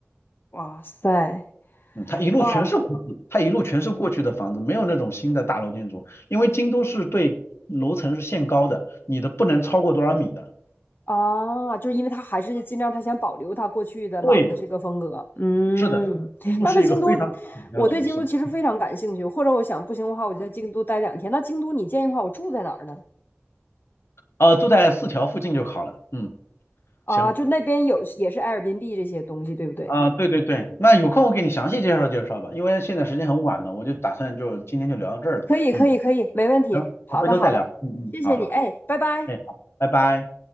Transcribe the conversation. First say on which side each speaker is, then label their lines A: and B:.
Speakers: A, on the left (about 50°); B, on the left (about 70°).
A: 哇塞，
B: 嗯，它一路全是过去，
A: 哇。
B: 它一路全是过去的房子，没有那种新的大楼建筑，因为京都是对楼层是限高的，你的不能超过多少米的。
A: 啊，就是因为他还是尽量他想保留他过去的老的这个风格。
B: 对，
A: 嗯，
B: 是的，京都是一个非常紧张城市，
A: 那在京都，我对京都其实非常感兴趣，或者我想不行的话，我就在京都待两天。那京都你建议的话，我住在哪儿呢？
B: 呃，住在四条附近就好了。嗯，
A: 啊，
B: 行，
A: 就那边有也是 Airbnb 这些东西，对不对？
B: 啊、对对对，那有空我给你详细介绍介绍吧，因为现在时间很晚了，我就打算就今天就聊到这儿了。
A: 可以，
B: 嗯，
A: 可以，可以，没问题。
B: 行，好回头再聊。
A: 好的，好的，
B: 嗯嗯，
A: 谢谢你，
B: 好好好，
A: 哎，拜拜。
B: 哎，好，拜拜。